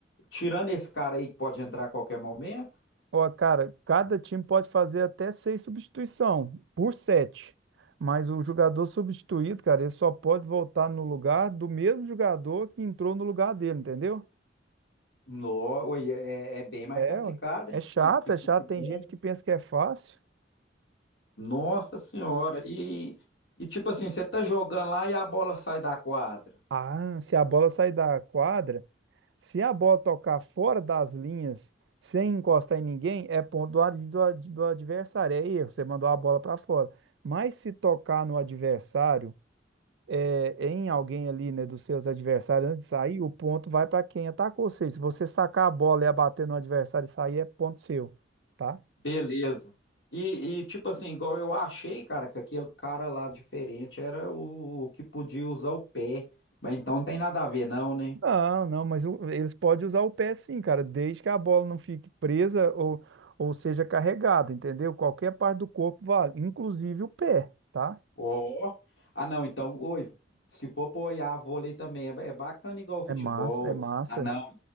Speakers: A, on the left; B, on the right.
A: tirando esse cara aí que pode entrar a qualquer momento?
B: Ó, cara, cada time pode fazer até seis substituição por sete. Mas o jogador substituído, cara, ele só pode voltar no lugar do mesmo jogador que entrou no lugar dele, entendeu?
A: No, oi, é, é bem mais
B: É,
A: complicado,
B: ó, é
A: hein?
B: chato,
A: Que, que futebol.
B: é chato. Tem gente que pensa que é fácil.
A: Nossa Senhora. E, e tipo assim, você tá jogando lá e a bola sai da quadra.
B: Ah, se a bola sair da quadra, se a bola tocar fora das linhas, sem encostar em ninguém, é ponto do, ad- do ad- do adversário, é erro, você mandou a bola para fora. Mas se tocar no adversário é, em alguém ali, né, dos seus adversários antes de sair, o ponto vai para quem atacou. Ou seja, se você sacar a bola e abater no adversário e sair, é ponto seu, tá?
A: Beleza. E, e, tipo assim, igual eu achei, cara, que aquele cara lá diferente era o, o que podia usar o pé. Mas então não tem nada a ver, não, né?
B: Não, não, mas o- eles podem usar o pé sim, cara, desde que a bola não fique presa ou, ou seja carregada, entendeu? Qualquer parte do corpo vale, inclusive o pé, tá?
A: Ó. Ah, não, então, oi, se for apoiar vôlei também, é, ba- é bacana igual o futebol.
B: É massa, é
A: ué.
B: massa.
A: Ah, não,